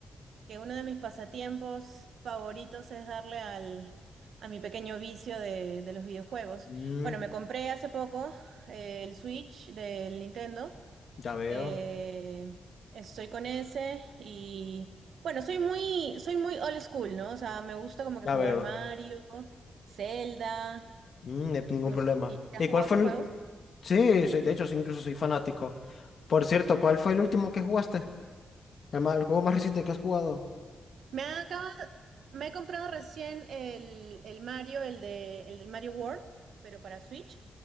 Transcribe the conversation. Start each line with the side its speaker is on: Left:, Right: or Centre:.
Right: que uno de mis pasatiempos favoritos es darle al, a mi pequeño vicio de, de los videojuegos.
Left: Mm,
Right: Bueno, me compré hace poco eh, el Switch del Nintendo.
Left: ya veo,
Right: Eh, estoy con ese y bueno, soy muy, soy muy old school, ¿no? O sea, me gusta como que
Left: ya
Right: jugar
Left: veo.
Right: Mario, Zelda,
Left: Mm, no hay ningún
Right: no
Left: problema.
Right: sé si has
Left: ¿Y
Right: jugado
Left: cuál fue
Right: esos
Left: el...
Right: juegos.
Left: Sí, soy, de hecho, sí, incluso soy fanático. Por cierto, ¿cuál fue el último que jugaste? El, ma- el juego más reciente que has jugado.
Right: Me acaba- me he comprado recién el, el Mario, el de, el del Mario World, pero para Switch.